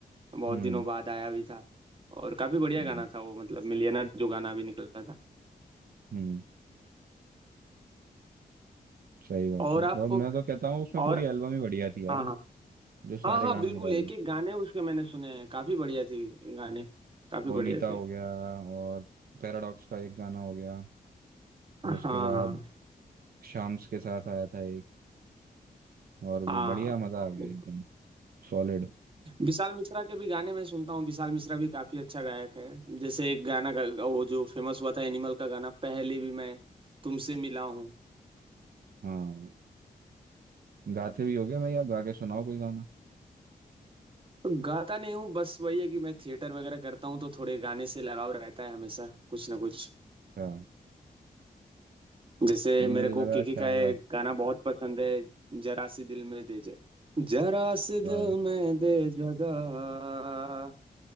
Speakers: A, on the right (about 35°); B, on the right (about 70°).
A: बहुत
B: हम्म
A: दिनों बाद आया भी था और काफी बढ़िया
B: हाँ,
A: गाना था वो मतलब मिलियनर जो गाना भी निकला था
B: हम्म सही बात
A: और
B: है
A: आपको
B: और मैं तो कहता हूँ उसमें
A: और
B: पूरी एल्बम ही बढ़िया थी यार
A: हाँ हाँ
B: जो सारे
A: हाँ हाँ
B: गाने
A: बिल्कुल
B: निकाले
A: एक एक गाने उसके मैंने सुने हैं काफी बढ़िया थे गाने काफी
B: बोनीता
A: बढ़िया थे
B: हो गया और पैराडॉक्स का एक गाना हो गया फिर
A: हाँ
B: उसके बाद
A: हाँ
B: शाम्स के साथ आया था एक और भी
A: हाँ
B: बढ़िया मजा आ गया
A: बिल्कुल।
B: एकदम सॉलिड
A: विशाल मिश्रा के भी गाने मैं सुनता हूँ विशाल मिश्रा भी काफी अच्छा गायक है जैसे एक गाना गा, वो जो फेमस हुआ था एनिमल का गाना पहले भी मैं तुमसे मिला हूँ
B: हाँ गाते भी हो गया भाई आप गा के सुनाओ कोई गाना
A: गाता नहीं हूँ बस वही है कि मैं थिएटर वगैरह करता हूँ तो थोड़े गाने से लगाव रहता है हमेशा कुछ ना कुछ
B: अच्छा
A: जैसे
B: नहीं
A: मेरे
B: मुझे लगा
A: को केके
B: शायद
A: का ये
B: आप
A: गाना बहुत पसंद है जरा सी दिल में दे जगह जरा सी दिल
B: गा-
A: में दे जगह